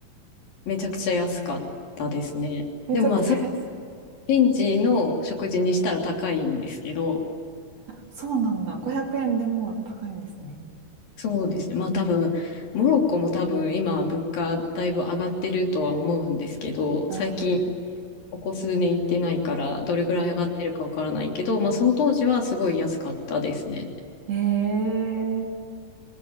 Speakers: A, on the left; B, on the right.
A: めちゃくちゃ安かったですね。
B: めちゃくちゃ安い。
A: でもまあそれ現地の食事にしたら高いんですけど、
B: そうなんだ。500円でも高いんですね。
A: そうですね。まあ多分、モロッコも多分今物価だいぶ上がってるとは思うんですけど、
B: ああ。
A: 最近ここ数年行ってないからどれぐらい上がってるかわからないけど、まあその当時はすごい安かったですね。
B: ええ